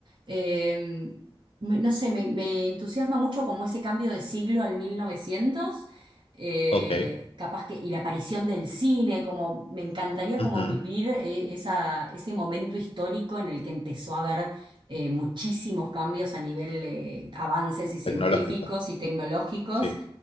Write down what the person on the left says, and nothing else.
ok,
ujú,
tecnológico,
sí.